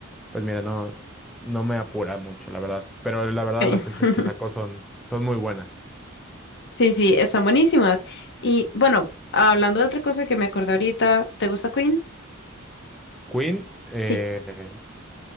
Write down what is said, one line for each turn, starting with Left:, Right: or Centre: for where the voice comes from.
Centre: pues mira, no, no me apura mucho, la verdad. Pero la verdad
Left: Ok.
Centre: las canciones que sacó
Left: <laughs>
Centre: son, son muy buenas.
Left: Sí, sí, están buenísimas. Y bueno, hablando de otra cosa que me acordé ahorita, ¿te gusta Queen?
Centre: Queen, eh,
Left: Sí.